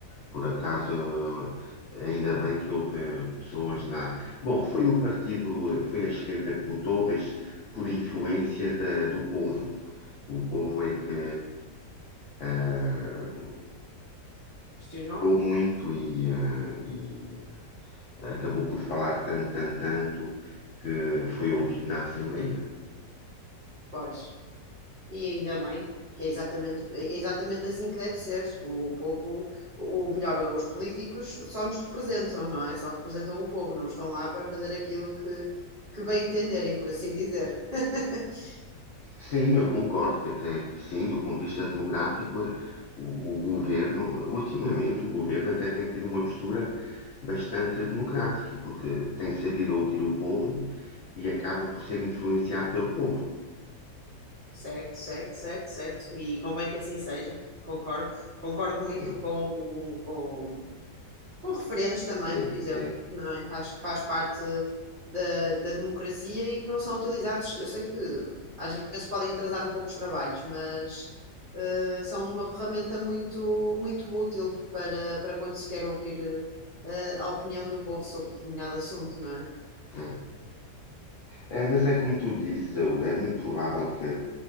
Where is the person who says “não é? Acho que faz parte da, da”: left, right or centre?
Right